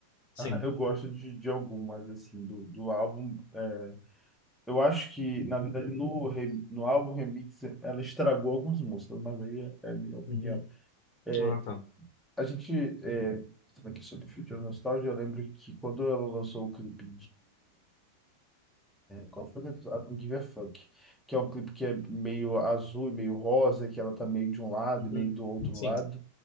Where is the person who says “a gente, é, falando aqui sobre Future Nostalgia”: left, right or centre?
Centre